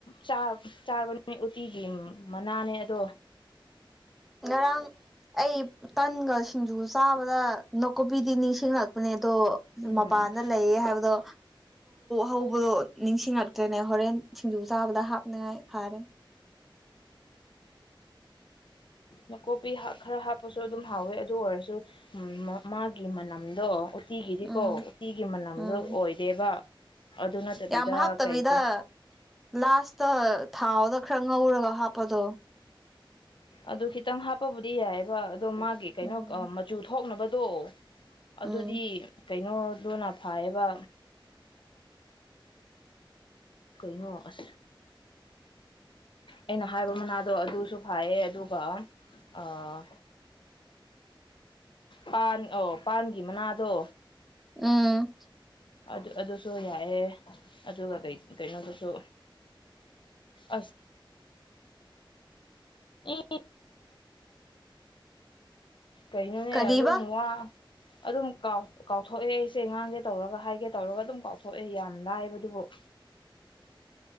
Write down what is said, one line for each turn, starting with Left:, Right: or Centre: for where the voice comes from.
Left: ꯆꯞ ꯆꯥꯕꯅꯤ ꯎꯇꯤꯒꯤ ꯃꯅꯥꯅꯦ ꯑꯗꯣ꯫
Centre: ꯉꯔꯥꯡ ꯑꯩ ꯇꯟꯒ ꯁꯤꯡꯖꯨ ꯆꯥꯕꯗ ꯅꯥꯀꯨꯞꯄꯤꯗꯤ ꯅꯤꯡꯁꯤꯡꯂꯛ꯫ ꯅꯦ ꯑꯗꯣ
Left: ꯎꯝ
Centre: ꯃꯄꯥꯟꯗ ꯂꯩꯌꯦ ꯍꯥꯏꯕꯗꯣ꯫ ꯍꯧꯕꯗꯣ ꯅꯤꯡꯁꯤꯡꯂꯛꯇ꯭ꯔꯦꯅꯦ ꯍꯣꯔꯦꯟ ꯁꯤꯡꯖꯨ ꯆꯥꯕꯗ ꯍꯥꯞꯅꯤꯡꯉꯥꯏ ꯐꯔꯦ꯫
Left: ꯅꯥꯀꯣꯄꯤ ꯈꯔ ꯍꯥꯞꯄꯁꯨ ꯑꯗꯨꯝ ꯍꯥꯎꯋꯦ ꯑꯗꯨ ꯑꯣꯏꯔꯁꯨ꯫ ꯎꯝ ꯃꯥꯒꯤ ꯃꯅꯝꯗꯣ꯫ ꯇꯤꯒꯤꯗꯤꯀꯣ
Centre: ꯎꯝ
Left: ꯇꯤꯒꯤ ꯃꯅꯝꯗꯣ
Centre: ꯎꯝ
Left: ꯑꯣꯏꯗꯦꯕ ꯑꯗꯨ ꯅꯠꯇꯕꯤꯗ
Centre: ꯌꯥꯝ ꯍꯥꯞꯇꯕꯤꯗ
Left: ꯀꯩꯒꯤ꯫
Centre: ꯂꯥꯁꯇ ꯊꯥꯎꯗ ꯈꯔ ꯉꯧꯔꯒ ꯍꯥꯞꯄꯗꯣ꯫
Left: ꯑꯗꯨ ꯈꯤꯇꯪ ꯍꯥꯞꯄꯕꯨꯗꯤ ꯌꯥꯏꯑꯦꯕ ꯑꯗꯣ ꯃꯥꯒꯤ ꯀꯩꯅꯣ
Centre: ꯎꯝ
Left: ꯃꯆꯨ ꯊꯣꯛꯅꯕꯗꯣ ꯑꯗꯨꯗꯤ
Centre: ꯎꯝ
Left: ꯀꯩꯅꯣꯗꯨꯅ ꯐꯥꯏꯌꯦꯕ ꯀꯩꯅꯣ ꯑꯁ ꯑꯩꯅ ꯍꯥꯏꯕ ꯃꯅꯥꯗꯣ ꯑꯗꯨꯁꯨ ꯐꯌꯦ ꯑꯗꯨꯒ ꯑꯥ ꯄꯥꯟ ꯑꯣ ꯄꯥꯟꯒꯤ ꯃꯅꯥꯗꯣ
Centre: ꯎꯝ
Left: ꯑꯗꯨ ꯑꯗꯨꯁꯨ ꯌꯥꯏꯑꯦ ꯑꯗꯨꯒ ꯀꯩ ꯀꯩꯅꯣꯗꯨꯁꯨ ꯑꯁ ꯏ ꯀꯩꯅꯣꯅꯦ
Centre: ꯀꯔꯤꯕ
Left: ꯑꯗꯨꯝ ꯋꯥ ꯑꯗꯨꯝ ꯀꯥꯎꯊꯣꯛꯑꯦ ꯑꯩꯁꯦ ꯉꯥꯡꯒꯦ ꯇꯧꯔꯒ ꯍꯥꯏꯒꯦ ꯇꯧꯔꯒ ꯑꯗꯨꯝ ꯀꯥꯎꯊꯣꯛꯑꯦ ꯌꯥꯝ ꯂꯥꯏꯕꯗꯨꯕꯨ